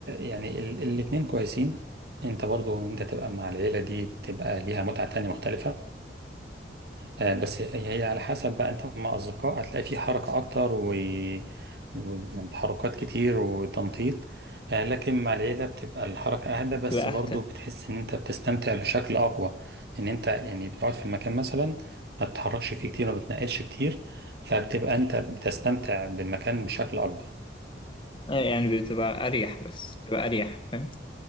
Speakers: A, on the right (about 60°); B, on the left (about 25°).
A: يعني ال- الاتنين كويسين انت برضو انت تبقى مع العيلة دي بتبقى ليها متعة تانية مختلفة آه، بس هي هي على حسب بقى انت مع اصدقاء هتلاقي في حركة اكتر و... وتحركات كتير وتنطيط آه، لكن مع العيلة بتبقى الحركة اهدى بس
B: بتبقى أهدى
A: برضو بتحس ان انت بتستمتع بشكل اقوى ان انت يعني بتقعد في المكان مثلا ما بتتحركش فيه كتير ما بتنقلش كتير فبتبقى انت بتستمتع بالمكان بشكل اكبر
B: آه، يعني بتبقى أريح بس بتبقى أريح فاهم؟